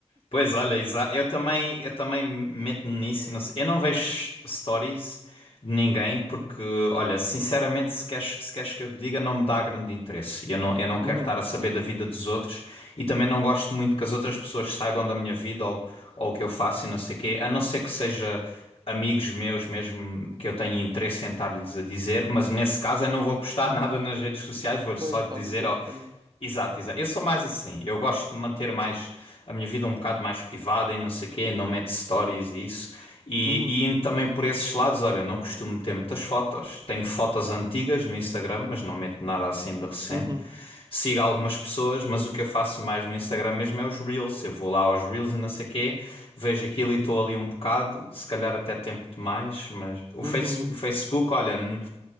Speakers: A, on the left (about 55°); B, on the right (about 40°).
A: Pois olha, exa- eu também, eu também meto-me nisso. Não sei. Eu não vejo stories de ninguém porque, olha, sinceramente, se queres, se queres que eu te diga, não me dá grande interesse. E Eu não, eu não quero
B: Uhum.
A: estar a saber da vida dos outros e também não gosto muito que as outras pessoas saibam da minha vida ou, ou o que eu faço e não sei o quê, a não ser que seja amigos meus mesmo que eu tenho interesse em estar-lhes a dizer, mas nesse caso eu não vou postar <laughs> nada nas redes sociais, vou-lhes
B: Pois,
A: só dizer,
B: falas diretamente.
A: ó. Exato, exato. Eu sou mais assim. Eu gosto de manter mais a minha vida um bocado mais privada e não sei quê, não meto stories e isso. E,
B: Uhum.
A: e indo também por esses lados, olha, não costumo ter muitas fotos. Tenho fotos antigas no Instagram, mas não meto nada assim de recente.
B: Uhum.
A: Sigo algumas pessoas, mas o que eu faço mais no Instagram mesmo é os Reels. Eu vou lá aos Reels e não sei quê, vejo aquilo e estou ali um bocado, se calhar até tempo demais, mas o,
B: Uhum.
A: face, o Facebook, olha. n-